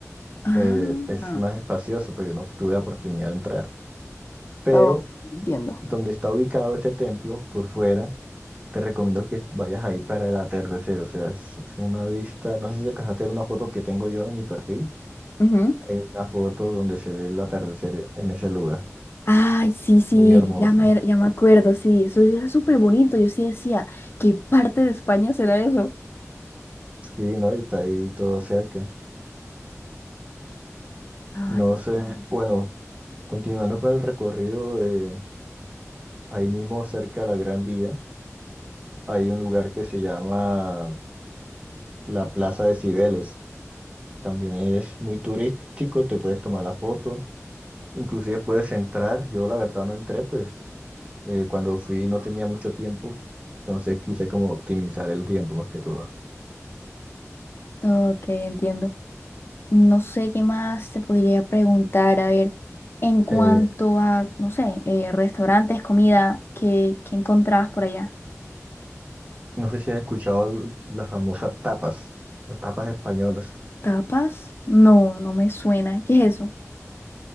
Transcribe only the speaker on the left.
Ah,
oh, entiendo.
Ujú.
Ay, sí, sí,
ya me, ya me acuerdo, sí, eso era súper bonito. Yo sí decía, ¿qué parte de España será eso?
Ay,
ok, entiendo. No sé qué más te podría preguntar. A ver, en cuanto
a, no sé, eh, restaurantes, comida, ¿qué, qué encontrabas por allá?
¿Tapas? No, no me suena. ¿Qué es eso?